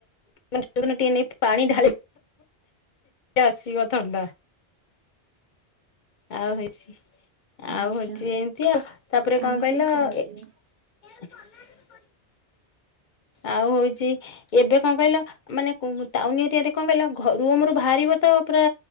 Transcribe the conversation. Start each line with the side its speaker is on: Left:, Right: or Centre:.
Left: ଟିକେ ନେଇ ପାଣି ଢାଳି ଆସିବ ଥଣ୍ଡା ଆଉ ହେଇଛି। ଆଉ
Right: ଆଚ୍ଛା
Left: ହଉଛି ଏମିତି ଆଉ ତାପରେ
Right: ଆମେ
Left: କଣ କହିଲ
Right: ବି ସେମିତି
Left: ଏ। <inaudible> ଆଉ ହଉଛି ଏବେ କଣ କହିଲ ମାନେ ଟାଉନ ଏରିଆରେ କଣ କହିଲ ରୁମରୁୁ ବାହାରିବ ତ ପୁରା